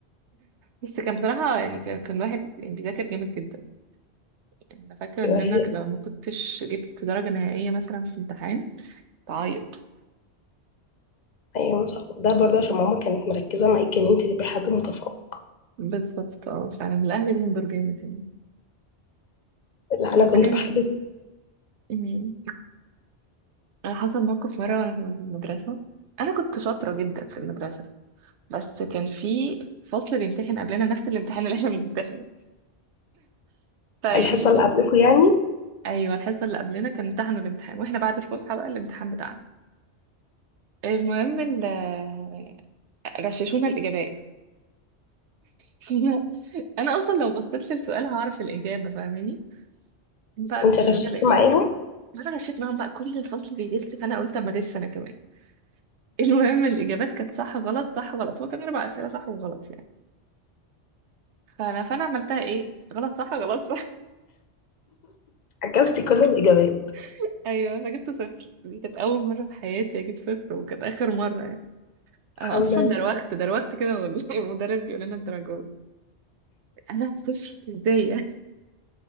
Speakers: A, on the right; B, on the left.
A: بس كان بصراحه يعني كان كان الواحد يعني بيذاكر جامد جدا يعني انا فاكره ان
B: ايوه هي
A: انا لو ما كنتش جبت درجه نهائيه مثلا في امتحان تعيط
B: ايوه ما شاء الله ده برضه عشان ماما كانت مركزه معاكي ان انت تبقي حد متفوق
A: بالظبط اه فعلا الاهل ليهم دور جامد يعني
B: لا انا
A: بس
B: كنت
A: كان
B: بحب
A: يعني انا حصل موقف مره وانا في المدرسه انا كنت شاطره جدا في المدرسه بس كان في فصل بيمتحن قبلنا نفس الامتحان اللي احنا بنمتحنه فيعني
B: الحصه اللي قبلكم يعني
A: ايوه الحصه اللي قبلنا كان امتحنوا الامتحان واحنا بعد الفسحه بقى الامتحان بتاعنا المهم ال- غششونا الاجابات <laughs> انا اصلا لو بصيت للسؤال هعرف الاجابه فاهماني بقى
B: وانت
A: غششونا
B: غششتي
A: الإجابات
B: معاهم
A: ما أنا غشيت معاهم بقى كل الفصل بيغش فأنا قلت أما أغش أنا كمان <laughs> المهم الإجابات كانت صح غلط صح غلط هو كان أربع أسئلة صح وغلط يعني فأنا فأنا عملتها إيه غلط صح غلط صح
B: عكستي كل
A: <laughs>
B: الاجابات
A: أيوه فجبت صفر دي كانت أول مرة في حياتي أجيب صفر وكانت آخر مرة يعني
B: الحمد
A: أنا أصلا
B: لله
A: دروخت دروخت كده وال- <laughs> والمدرس بيقول لنا الدرجات أنا صفر إزاي يعني <laughs>